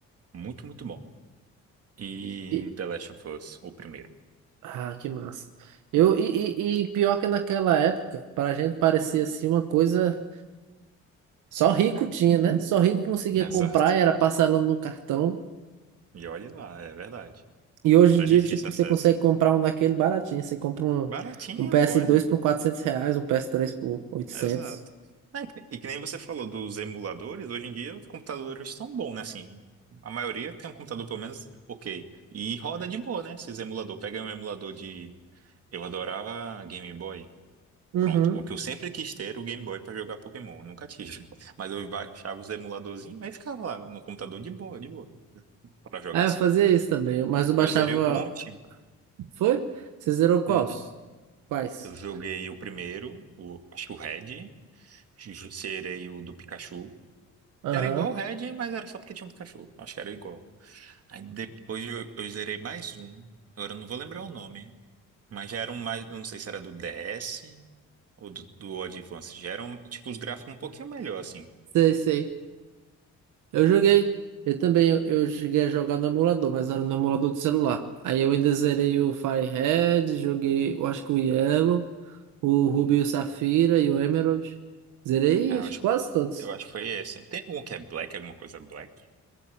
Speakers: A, on the right; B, on the right.
A: Muito, muito bom. E
B: E-
A: The Last of Us, o primeiro.
B: ah, que massa. Eu, e, e, e pior que naquela época, pra gente parecia assim uma coisa. Só rico tinha, né? Só rico conseguia
A: <laughs> Exato.
B: comprar, era parcelando no cartão.
A: E olhe lá, é verdade.
B: E hoje
A: Era
B: em dia,
A: difícil
B: tipo,
A: acesso.
B: você consegue comprar um daquele baratinho. Você compra um,
A: Baratinha,
B: um ps
A: pô, é.
B: dois por 400 reais, um ps três por oitocentos
A: Exato. É, que- E que nem você falou dos emuladores, hoje em dia os computadores estão bons, né? Assim, a maioria tem um computador pelo menos ok. E roda de boa, né? Esses emulador. Pega um emulador de. Eu adorava Game Boy.
B: Uhum.
A: Pronto. O que eu sempre quis ter era o Game Boy pra jogar Pokémon. Eu Nunca tive. <laughs> Mas eu baixava os emuladorzinhos e ficava lá no computador de boa, de boa, pra jogar
B: Ah,
A: assim.
B: eu fazia isso também, mas eu baixava.
A: Eu zerei um monte.
B: Foi? Você zerou quais?
A: Uhum.
B: Quais?
A: Eu joguei o primeiro, o, acho que o Red. Ju- Zerei o do Pikachu.
B: Aham.
A: Era igual o Red, mas era só porque tinha um cachorro Acho que era igual. Aí depois eu, eu zerei mais um. Agora eu não vou lembrar o nome. Mas já era um mais. Eu não sei se era do DS ou do, do Advance. Já eram, tipo, os gráficos um pouquinho melhor, assim.
B: Sei, sei. Eu joguei. Eu também, eu eu cheguei a jogar no emulador, mas era no emulador do celular. Aí eu ainda zerei o Firehead, joguei, eu acho que o Yellow, o Ruby
A: Hum.
B: e o Safira e o Emerald. Zerei,
A: Ah,
B: acho
A: eu acho,
B: que quase
A: que-
B: todos.
A: eu acho que foi esse. Tem algum que é Black, alguma coisa Black?